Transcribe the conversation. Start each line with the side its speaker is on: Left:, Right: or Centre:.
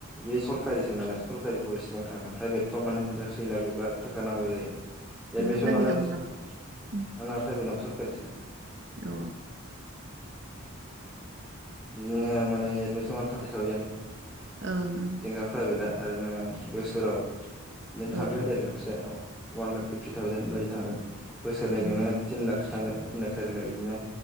Centre: बे सरखारिसो नालाय सरकारिफ्राव इसेबां थाङा प्राइभेटफ्राव माने थैलाबो बिराद थाखा नांगौ जायो
Right: नोंना
Centre: एडमिसनानो
Right: प्राइभेटावमोन
Centre: आ
Right: नामा? उम,
Centre: प्राइभेट न सरकारिसो
Right: औ
Centre: बि माने एडमिसन थार्टि थावजेेन
Right: ओं ओं
Centre: प्राइभेटआ आरो बोसोराव बिदिनो थांगोन
Right: औ
Centre: देर लाखसो अवान लाख फिफ्टि थावजेन बायदि थांगोन बोसोरनायजोंनो
Right: ओं
Centre: थिन लाखसो थांगोन थिन लाख सारि लाख बिदिनो